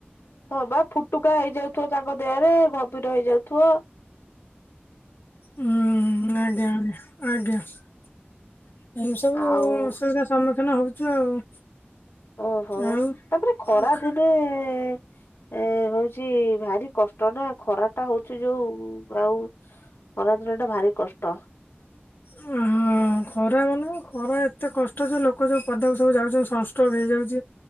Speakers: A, on the left; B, on the left.
A: ହଁ ପା ଫୁଟୁକା ହେଇଯାଉଥିବ ତାଙ୍କ ଦେହରେ ଘମିର ହେଇ ଯାଉଥିବ।
B: ହୁଁ-ଉଁ ଆଜ୍ଞା-ଆଜ୍ଞା, ଆଜ୍ଞା। ଏମିତି ସବୁ
A: ଆଉ
B: ଅସୁବିଧାର ସମ୍ମୁଖୀନ ହଉଛୁ ଆଉ।
A: ଓହୋଃ,
B: ଆଉ
A: ତାପରେ ଖରା
B: ଆଉ ଖା
A: ଦିନେ ଏ ହଉଛି ଭାରି କଷ୍ଟ ନା ଖରାଟା ହଉଚି ଯୋଉ ଆଉ ଖରା ଦିନଟା ଭାରି କଷ୍ଟ।
B: ଉଁ-ହୁଁ। ହୁଁ ଖରା ମାନେ ଖରା ଏତେ କଷ୍ଟ ଯେ ଲୋକ ଯୋଉ ପଦାକୁ ସବୁ ଯାଉଛନ୍ତି ସନ ଷ୍ଟ୍ରୋକ୍ ହେଇଯାଉଚି।